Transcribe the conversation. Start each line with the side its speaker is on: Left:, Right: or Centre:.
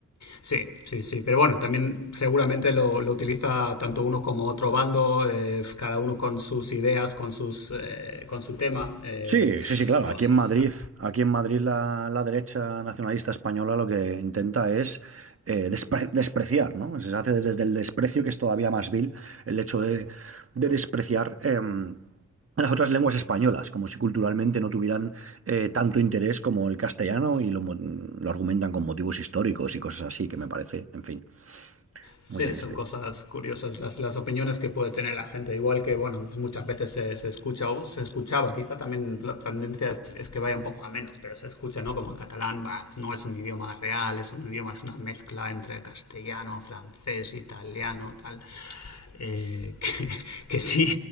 Left: Sí, sí, sí. Pero bueno, también seguramente lo, lo utiliza tanto uno como otro bando, eh, cada uno con sus ideas, con, sus, eh, con su tema. Eh,
Right: Sí, sí, sí, claro.
Left: no
Right: Aquí
Left: sé,
Right: en Madrid,
Left: está,
Right: aquí en Madrid la, la derecha nacionalista española lo que intenta es eh, despre- despreciar, ¿no? Se hace desde desde el desprecio, que es todavía más vil, el hecho de, de despreciar em, a las otras lenguas españolas, como si culturalmente no tuvieran eh, tanto interés como el castellano y lo, mo- lo argumentan con motivos históricos y cosas así, que me parece, en fin,
Left: Sí,
Right: muy triste.
Left: son cosas curiosas las, las opiniones que puede tener la gente. Igual que, bueno, pues muchas veces se, se escucha o se escuchaba, quizá también la tendencia es, es que vaya un poco a menos, pero se escucha, ¿no? Como el catalán bah, no es un idioma real, es un idioma, es una mezcla entre castellano, francés, italiano, tal. Eh, <laughs> que, que, sí,